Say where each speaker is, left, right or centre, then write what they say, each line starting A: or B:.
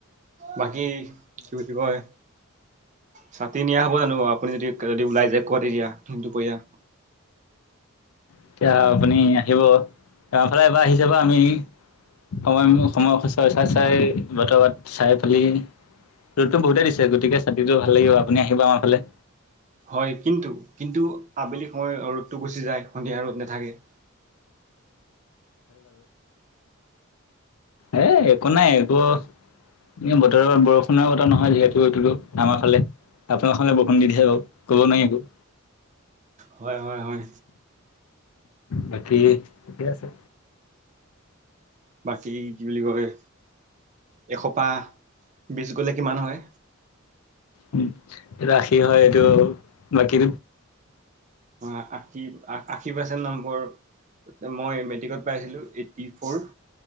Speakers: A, on the right; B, on the left.
A: বাকী কি বুলি কয়। ছাতি নিয়া হ'ব জানোঁ? আপুনি যদি যদি ওলাই যাই ক'ৰবাত এৰি আহ তো দিন দুপৰীয়া।
B: এতিয়া আপুনি আহিব আমাৰ ফালে এবাৰ আহি চাব আমি। সময় মো সময় চাই চাই চাই চাই বতৰ চাই পেলি ৰ'দতটো বহুতেই দিছে, গতিকে ছাতিটো ভাল লাগিব, আপুনি আহিব আমাৰ ফালে।
A: হয়, কিন্তু কিন্তু আবেলি সময় ৰ'দটো গুচি যায়, সন্ধিয়া ৰ'দ নাথাকে। <inaudible>
B: এই একো নাই এইবোৰ এনেইও বতৰৰ বৰষুণৰ কথা নহয় যিহেতু এইটোতো আমাৰ ফালে। আপোনাৰ খনলে বৰষুণ নিদিয়েহি বাৰু ক'ব নোৱাৰি একো
A: হয় হয় হয়
B: বাকী ঠিকে আছে।
A: বাকী কি বুলি কয় এসোপা। বিছ গ'লে কিমান হয়?
B: উম, এই ৰাশী হয় এইটো বাকী
A: অ' আশী আশী পাৰ্চেণ্ট নম্বৰ মই মেট্ৰিকত পাইছিলোঁ এইটিফ্ৰৌৰ।